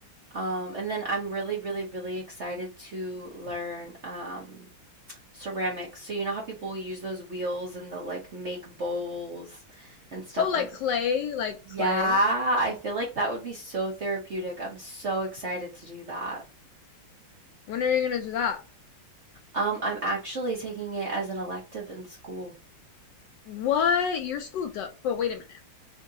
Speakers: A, on the right (about 50°); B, on the left (about 75°).
A: Um, and then I'm really, really, really excited to learn um, ceramics. So you know how people use those wheels and they'll like make bowls and stuff
B: Oh, like
A: like
B: clay, like
A: yeah,
B: clay.
A: I feel like that would be so therapeutic. I'm so excited to do that.
B: When are you gonna do that?
A: Um, I'm actually taking it as an elective in school.
B: What? Your school does, but wait a minute.